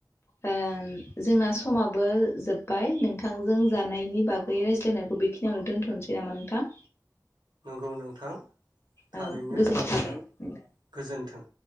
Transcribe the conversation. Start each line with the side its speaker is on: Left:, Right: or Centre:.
Left: ओ जोंना समाबो जोब्बाय नोंथांजों जानायनि बागै रायज्लायनायखौ बेखिनियावनो दोन्थ'नोसै नामा नोंथां?
Right: नंगौ नोंथां थारैनो
Left: औ गोजोननाय थाबाय
Right: लाख
Left: नोंथां
Right: गोजोनथों